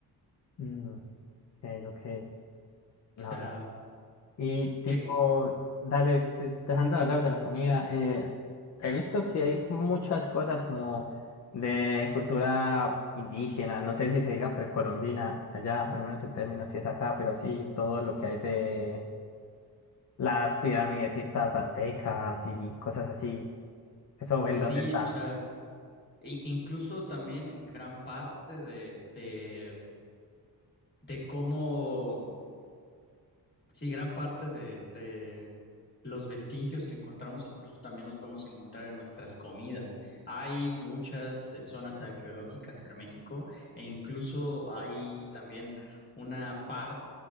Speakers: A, on the left; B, on the left.
A: Mm, ok, ok. No,
B: O sea,
A: Y tipo,
B: que,
A: dale, este, dejando de hablar de la comida, eh, he visto que hay muchas cosas como de cultura indígena, no sé si se diga precolombina allá, al menos el término así es acá, pero sí todo lo que hay de las pirámides y estas aztecas y cosas así, eso
B: pues
A: en dónde
B: sí,
A: está.
B: o sea, i- incluso también gran parte de, de, de cómo, sí, gran parte de, de Los vestigios que encontramos incluso también los podemos encontrar en nuestras comidas. Hay muchas eh, zonas arqueológicas en México e incluso hay también una parte